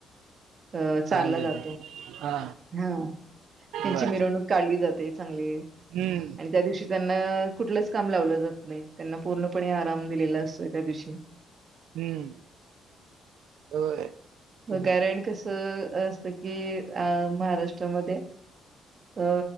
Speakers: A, on the right (about 45°); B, on the right (about 85°).
A: अ चारला
B: खायला
A: जातो
B: देतो हा
A: हा त्यांची
B: बर
A: मिरवणूक काढली जाते. आणि
B: हम्म
A: त्या दिवशी. त्यांना कुठलंच काम लावलं जात नाही त्यांना पूर्णपणे आराम दिलेला असतो त्या दिवशी.
B: हम्म होय. ते
A: गॅरण
B: पण आहे
A: कसं असत की अ महाराष्ट्रामध्ये. अ